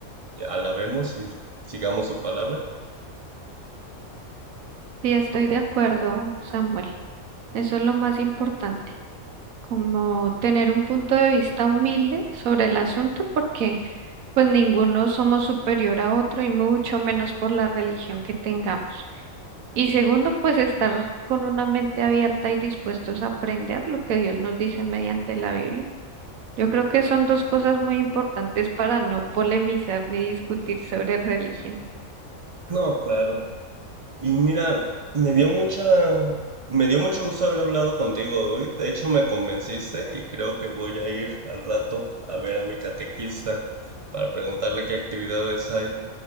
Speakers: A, on the right; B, on the right.
A: alabemos y sigamos su palabra.
B: Sí, estoy de acuerdo, Samuel. Eso es lo más importante, como tener un punto de vista humilde sobre el asunto, porque pues ninguno somos superior a otro y mucho menos por la religión que tengamos. Y segundo, pues estar con una mente abierta y dispuestos a aprender lo que Dios nos dice mediante la Biblia. Yo creo que son dos cosas muy importantes para no polemizar ni discutir sobre religión.
A: No, claro. Y mira, me dio mucha, me dio mucho gusto haber hablado contigo hoy. De hecho, me convenciste y creo que voy a ir al rato a ver a mi catequista para preguntarle qué actividades hay,